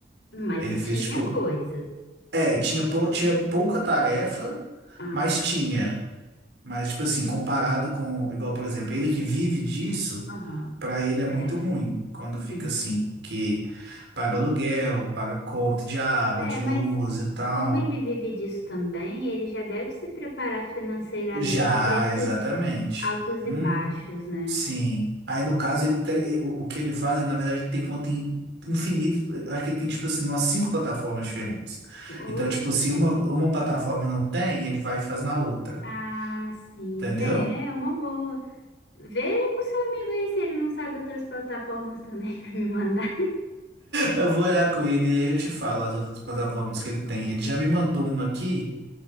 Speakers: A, on the left; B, on the right.
A: Mas
B: Ele fez
A: tinha
B: tipo,
A: coisa.
B: é, tinha, pou- tinha pouca tarefa,
A: Ah,
B: mas
A: tá.
B: tinha. Mas, tipo assim, comparado com, igual, por exemplo, ele que vive disso,
A: Aham.
B: pra ele é muito
A: É,
B: ruim quando fica
A: sim.
B: assim, que paga aluguel, paga conta de água,
A: É,
B: de
A: mas
B: luz e tal.
A: como ele vive disso também, ele já deve se preparar financeiramente
B: Já,
A: para esses
B: exatamente.
A: altos e
B: Hum,
A: baixos, né?
B: sim. Aí, no caso, ele tem- e- o, o que ele faz, ele, na verdade, ele tem conta em infinito. Acho que ele tem, tipo assim, umas cinco plataformas diferentes.
A: Ou,
B: Então, tipo, se uma, uma plataforma não tem, ele vai e faz na outra.
A: ah, sim,
B: Entendeu?
A: é, é uma boa. Vê com seu amigo aí se ele não sabe outras plataformas também <laughs> para me mandar.
B: Eu vou olhar com ele e aí eu te falo as outras plataformas que ele tem. Ele já me mandou uma aqui,